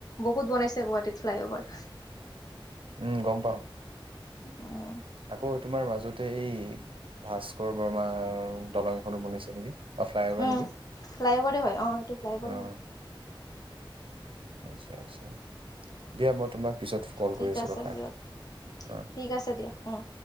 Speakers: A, on the left (about 45°); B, on the right (about 75°).
A: বহুত বনাইছে গুৱাহাটীত ফ্লঅ'ভাৰ
B: উম, গম পাও
A: উম,
B: আকৌ তোমাৰ মাজতে এই ভাস্কৰ বৰ্মা দলং এখনো বনিছে নেকি? অ ফ্লাই অভাৰ
A: উম।
B: নেকি?
A: ফ্লাইঅভাৰে হয় অ' এইটো ফ্লাইঅভাৰে
B: অ।
A: হয়
B: আচ্ছা, আচ্ছা। দিয়া মই তোমাক পিছত কল
A: ঠিক
B: কৰি আছো
A: আছে
B: ৰখা।
A: দিয়ক
B: হুম।
A: ঠিক আছে দিয়া উম।